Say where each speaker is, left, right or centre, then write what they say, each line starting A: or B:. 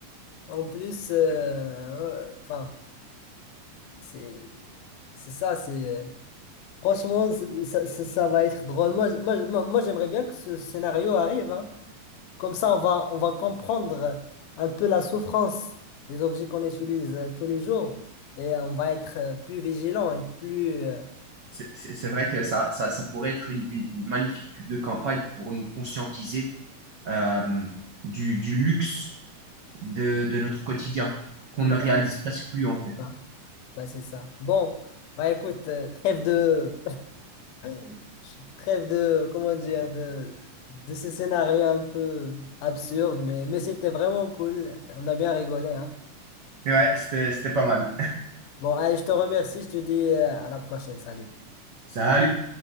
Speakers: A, on the left; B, on the right.
A: En plus, euh, ouais, enfin, c'est c'est ça, c'est euh, franchement, c'est- ça, ça, ça va être drôle. Moi, je- moi, je- moi, moi, j'aimerais bien que ce scénario arrive, hein. Comme ça, on va, on va comprendre un peu la souffrance des objets qu'on utilise euh, tous les jours et euh, on va être euh, plus vigilant et plus... euh,
B: C'est c'est- c'est vrai que ça, ça, ça pourrait être une, une- une magnifique pub de campagne pour nous conscientiser euh, du, du luxe de, de notre quotidien qu'on
A: Mhm.
B: ne
A: bah,
B: réalise
A: c'est
B: presque plus en fait.
A: ça. Bah, c'est ça. Bon, bah écoute, euh, trêve de... <laughs> Trêve de... Comment dire? De, de ce scénario un peu absurde, mais, mais c'était vraiment cool. On a bien rigolé, hein.
B: Mais ouais, c'était, c'était pas mal.
A: Bon, allez, je te remercie. Je te dis euh, à la prochaine. Salut.
B: Salut!